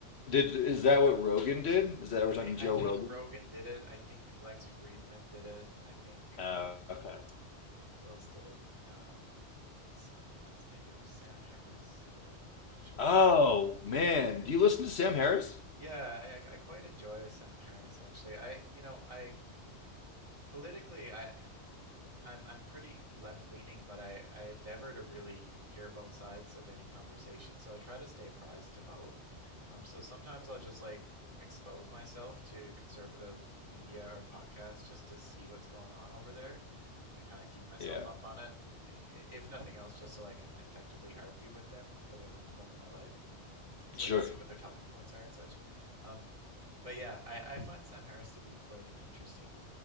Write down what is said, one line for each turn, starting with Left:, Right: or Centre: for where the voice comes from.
Left: Did is that what Rogan did? Is that
Right: I
Left: we're talking
Right: think I
Left: Joe
Right: think
Left: Rogan?
Right: Rogan did it. I think Lex Friedman did it. I think um,
Left: Oh, okay.
Right: Who else did it? Um, someone else. Maybe it was Sam Harris did it. I'm not sure,
Left: Oh
Right: but
Left: man, do you listen to Sam Harris?
Right: yeah, I I quite enjoy Sam Harris actually. I you know I politically I I'm I'm pretty left leaning, but I I endeavor to really hear both sides of any conversation, so I try to stay apprised to both. Um, so sometimes I'll just like expose myself to conservative media or podcasts just to see what's going on over there, to kind of keep myself
Left: Yeah.
Right: up on it. i- If nothing else, just so I can effectively argue with them if it ever comes up in my life, so
Left: Sure.
Right: I can see what their talking points are and such. Um, but yeah, I I find Sam Harris to be quite an interesting